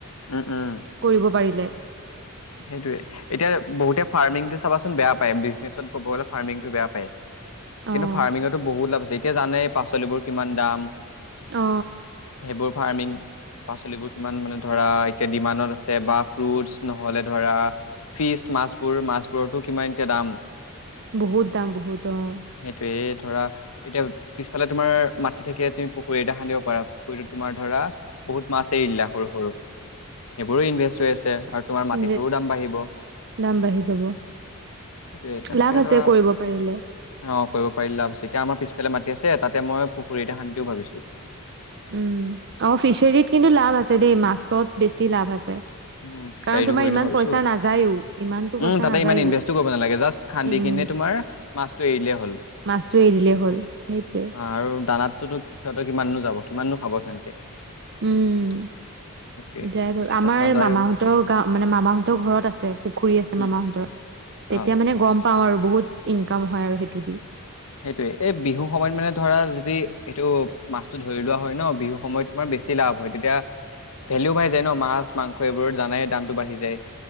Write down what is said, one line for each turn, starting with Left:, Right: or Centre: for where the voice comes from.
Left: উম, উম,
Right: কৰিব পাৰিলে।
Left: সেইটোয়ে এতিয়া বহুতে ফাৰ্মিংটো চাবাচোন বেয়া পায় বিজনেছত ক'ব গলে ফাৰ্মিং টো বেয়া পায়। কিন্তু
Right: অঁ।
Left: ফাৰ্মিঙতো বহুত লাভ আছে। এতিয়া জানে পাচলিবোৰ। কিমান দাম
Right: অ
Left: সেইবোৰ। ফাৰ্মিং পাচলিবোৰ কিমান মানে ধৰা এতিয়া দিমানত আছে বা ফুৰুতচ ন- নহ'লে ধৰা ফিচ মাছবোৰ মাছবোৰতো কিমান এতিয়া দাম।
Right: বহুত দাম বহুত অ
Left: সেইটোয়ে ধৰা এতিয়া পিছফালে তোমাৰ মাটি থাকিলে তুমি পুখুৰী এটা খানিব পাৰা পুখুৰীতত তোমাৰ ধৰা বহুত মাছ এৰিলা সৰু সৰু সেইবোৰো ইনভেষ্ট হৈ আছে আৰু। তোমাৰ মাটিটোৰো
Right: উ
Left: দাম বাঢ়িব।
Right: দাম বাঢ়ি যাব
Left: সেইটোয়ে তেনেকে
Right: লাভ আছে
Left: ধৰা
Right: কৰিব পাৰিলে।
Left: অ কৰিব পাৰিলে লাভ আছে এতিয়া আমাৰ পিছফালে মাতি আছে তাতে মই পুখুৰীতে খান্দি দিওঁ ভাবিছোঁ।
Right: উম অ ফিচাৰীত কিন্তু লাভ আছে দেই মাছত বেছি লাভ আছে।
Left: উ ফিচাৰটো
Right: কাৰণ তোমাৰ
Left: কৰি
Right: ইমান
Left: দিও ভাবিছোঁ
Right: পইচা
Left: উ
Right: নাযায়ও ইমানতো পইচা
Left: তাতে
Right: নাযায়ও
Left: ইমান ইনভে কৰিব নালাগে জাষ্ট খান্দি
Right: উম
Left: কিনে তোমাৰ মাছ এৰিলে হ'ল
Right: মাছটো এৰি দিলেই হ'ল সেইটোৱে
Left: অ আৰু। দানাতটোতো সিহঁতে কিমাননো যাব কিমাননো খাব সিহঁতে।
Right: উম
Left: সেইটোৱে
Right: যাই বাৰু
Left: বেছি
Right: আমাৰ। আমাৰ
Left: তাত নাযায়ও
Right: মামাহঁতৰ গাওঁ মানে মামাহঁতৰ ঘৰত আছে পুখুৰী আছে
Left: উম
Right: মামাহঁতৰ তেতিয়া
Left: অ
Right: মানে গম- পাওঁ আৰু বহুত ইনকাম হয় আৰু সেইটো দি।
Left: সেইটোৱে এই বিহু সময়ত মানে ধৰা যদি এইটো মাছটো ধৰি লোৱা হয় ন। বিহু সময়ত তোমাৰ বেছি লাভ হয় তেতিয়া ভেলিও বাঢ় যায় ন মাছ মাংস এইবোৰত জানাই দামটো বাঢ়ি যায়।